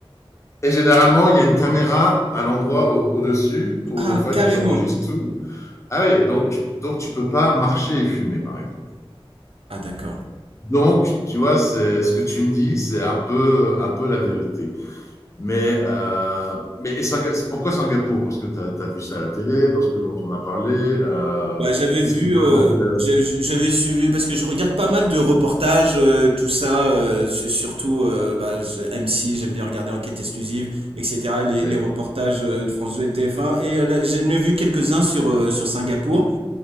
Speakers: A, on the left (about 30°); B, on the right (about 70°).
A: Et généralement, il y a une caméra à l'endroit au- au-dessus où
B: Ah,
A: en fait
B: carrément.
A: ils enregistrent tout. Ah oui, donc, donc tu peux pas marcher et fumer, par exemple.
B: Ah d'accord.
A: Donc, tu vois, c'est ce que tu me dis, c'est un peu, un peu la vérité. Mais, euh, mais et Singa- pourquoi Singapour? Parce que tu as, vu ça à la télé, parce qu'on t'en a parlé. euh,
B: Bah, j'avais
A: qu'est-ce
B: vu,
A: qui te
B: euh,
A: donne envie d'aller-
B: j'a- j'avais suivi, parce que je regarde pas mal de reportages, euh, tout ça, euh, su- surtout euh, bah, je- M6, j'aime bien regarder Enquête exclusive, etc. Les,
A: Oui,
B: les reportages euh, de France 2 et TF1. Et euh, là, j'en ai vu quelques-uns sur, euh, sur Singapour.